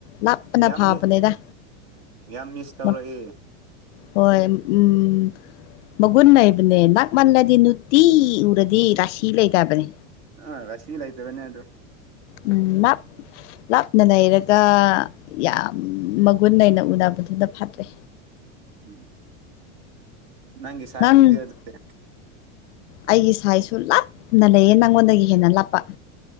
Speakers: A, on the left; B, on the right.
A: ꯂꯥꯞꯄꯅ
B: ꯌꯥꯝ
A: ꯐꯥꯕꯅꯦꯗ
B: ꯃꯤ ꯌꯥꯝ ꯃꯤꯁ ꯇꯧꯔꯛꯏ
A: ꯃ ꯍꯣꯏ ꯎꯝ ꯃꯒꯨꯟ ꯂꯩꯕꯅꯦ ꯅꯛꯃꯜꯂꯗꯤ ꯅꯨꯇꯤꯏ ꯎꯔꯗꯤ ꯔꯥꯁꯤ ꯂꯩꯇꯕꯅꯦ
B: ꯑꯥ ꯔꯁꯤ ꯂꯩꯇꯕꯅꯦ ꯑꯗꯨ
A: ꯎꯝ ꯂꯞ ꯂꯥꯞꯅ ꯂꯩꯔ ꯇ ꯌꯥꯝ ꯃꯒꯨꯟ ꯂꯩꯅ ꯎꯅꯕꯗꯨꯄ ꯐꯠꯇ꯭ꯔꯦ
B: ꯎꯝ ꯅꯪꯒꯤ ꯁꯥꯏ
A: ꯅꯪ
B: ꯗꯨꯗꯤ ꯑꯗꯨꯗꯤ
A: ꯑꯩꯒꯤ ꯁꯥꯏꯁꯨ ꯂꯥꯞꯅ ꯂꯩꯌꯦ ꯅꯪꯉꯣꯟꯗꯒꯤ ꯍꯦꯟꯅ ꯂꯥꯞꯄ